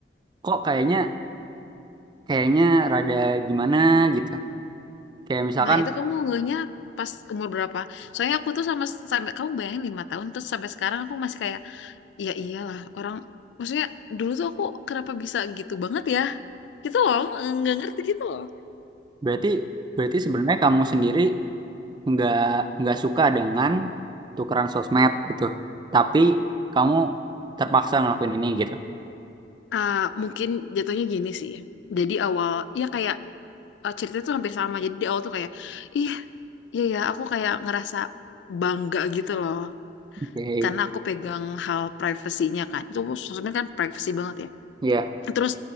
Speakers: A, on the right (about 25°); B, on the left (about 80°).
A: kok kayaknya kayaknya rada gimana gitu kayak misalkan
B: Nah, itu kamu ngehnya pas umur berapa? Soalnya aku tuh sama sampai kamu bayangin lima tahun terus sampai sekarang aku masih kayak "Ya, iya iyalah orang maksudnya dulu tuh aku kenapa bisa gitu banget ya? Gitu loh, nggak ngerti gitu loh.
A: berarti berarti sebenarnya kamu sendiri nggak nggak suka dengan tukeran sosmed gitu tapi kamu terpaksa ngelakuin ini gitu
B: Ah, mungkin jatuhnya gini sih ya. Jadi awal ya kayak eh, ceritanya tuh hampir sama. Jadi di awal tuh kayak ih iya ya aku kayak ngerasa bangga gitu loh
A: Oke,
B: karena aku pegang hal privasinya kan. Itu sosmed kan privasi banget ya.
A: Iya.
B: Terus